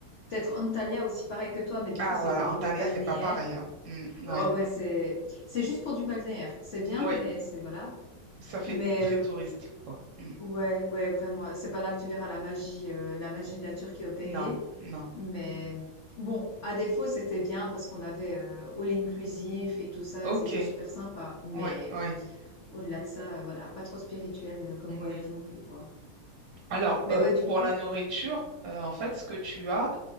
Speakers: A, on the left (about 75°); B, on the right (about 65°).
A: peut-être Antalya aussi, pareil que toi, mais du
B: Ah,
A: coup, c'était
B: voilà.
A: pour
B: Antalya,
A: du balnéaire.
B: c'est pas pareil. Hein. Mm,
A: Oh,
B: ouais.
A: ouais, c'est... C'est juste pour du balnéaire. C'est bien,
B: Oui.
A: mais c'est... Voilà.
B: Ça fait
A: Mais
B: très
A: euh,
B: touristique, quoi. Mm.
A: Ouais, ouais, vraiment. C'est pas là que tu verras la magie, euh, la magie de la Turquie opérée.
B: Non, non.
A: Mais bon, à défaut, c'était bien parce qu'on avait euh, all inclusif et tout ça,
B: Ok.
A: c'était super sympa. Mais
B: Oui, oui.
A: au-delà de ça, euh, voilà, pas trop spirituel euh, comme
B: Oui.
A: voyage non plus, quoi.
B: Alors,
A: Mais
B: euh,
A: ouais, du
B: pour
A: coup,
B: la nourriture, euh, en fait, ce que tu as,